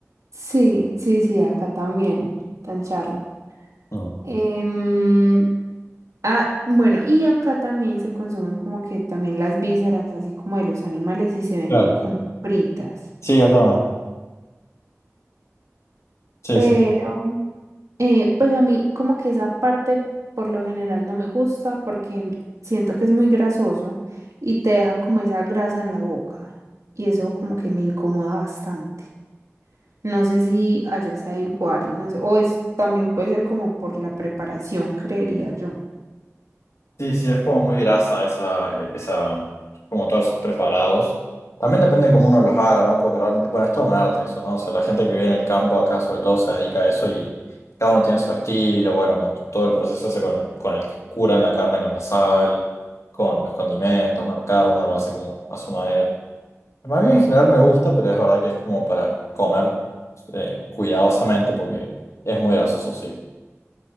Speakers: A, on the right; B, on the left.
A: sí, sí, sí, acá también, tan charro.
B: Mm.
A: Em, ah, bueno, y acá también se consumen como que también las vísceras, así como de los animales, y se venden
B: Claro.
A: como fritas.
B: Sí, acá también. Sí,
A: Pero
B: sí.
A: Eh, pues a mí como que esa parte por lo general no me gusta porque siento que es muy grasoso y te deja como esa grasa en la boca y eso como que me incomoda bastante. No sé si allá sea igual, no sé, o es también puede ser como por la preparación, creería yo.
B: Sí, sí, es como muy grasa esa, esa, como todos esos preparados. También depende de cómo uno los haga, ¿no? Porque realmente, bueno, es todo un arte eso, ¿no? O sea, la gente que vive en el campo acá sobre todo se dedica a eso y cada uno tiene su estilo, bueno, con todo el proceso ese con, con el que curan la carne con la sal, con los condimentos, bueno, cada uno lo hace como a su manera. más bien en general me gusta, pero es verdad que es como para comer eh, cuidadosamente porque es muy grasoso, sí.